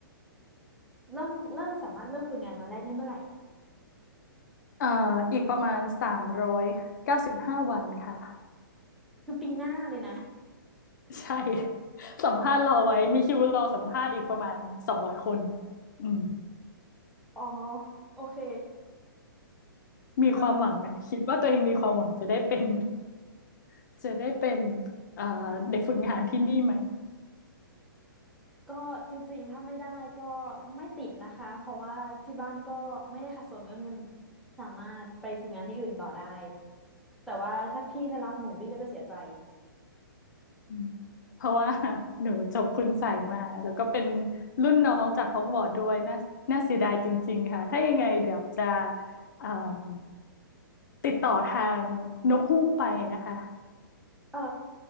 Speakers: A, in the centre; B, on the left.
A: เริ่มเริ่มสามารถเริ่มฝึกงานวันแรกได้เมื่อไหร่
B: เอ่ออีกประมาณสามร้อยเก้าสิบห้าวันค่ะ
A: คือปีหน้าเลยนะ
B: ใช่ <laughs> สัมภาษณ์รอไว้มีคิวรอสัมภาษณ์อีกประมาณสองร้อยคนอืม
A: อ๋อโอเค
B: มีความหวังไหมคิดว่าตัวเองมีความหวังจะได้เป็น
A: เออ
B: <laughs> จะได้เป็นเอ่อเด็กฝึกงานที่นี่ไหม
A: ก็จริงๆถ้าไม่ได้ก็ไม่ติดนะคะเพราะว่าที่บ้านก็ไม่ได้ขัดสนเรื่องเงินสามารถไปฝึกงานที่อื่นต่อได้แต่ว่าถ้าพี่ไม่รับหนูพี่ก็จะเสียใจ
B: อืมเพราะว่า <laughs> หนูจบคุณใส่มาแล้วก็เป็นรุ่นน้องจากฮอกวอตส์ด้วยน่าน่าเสียดายจริงๆค่ะถ้ายังไงเดี๋ยวจะเอิ่มติดต่อทางนกฮูกไปนะคะ
A: เออ